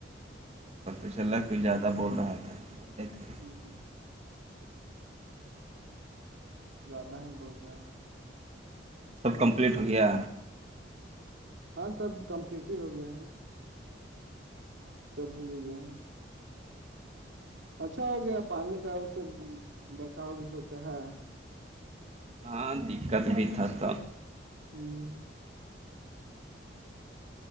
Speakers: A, on the right; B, on the right.
A: پت چلا کوئی زیادہ بول رہا تھا بولے تھے
B: ہوں زیادہ ہی بول رہے ہے
A: سب کمپلیٹ ہو گیا
B: ہاں سب کمپلیٹ ہی ہو گیا ہے سب ہو گ گیا اچھا ہو گیا پانی کا اس سے بچاؤ بھی ہوتا ہے
A: ہاں دقت بھی تھا تو
B: ہوں